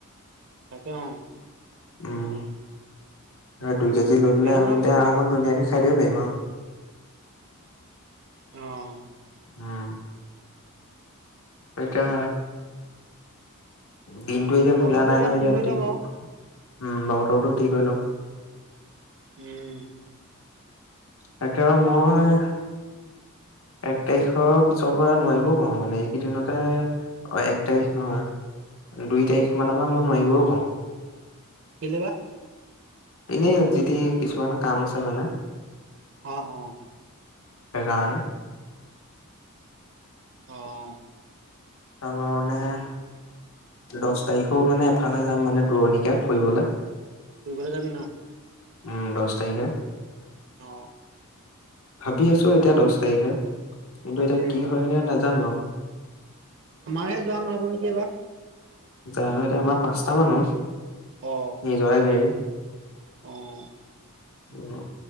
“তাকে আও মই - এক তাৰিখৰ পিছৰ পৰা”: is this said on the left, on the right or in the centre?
Left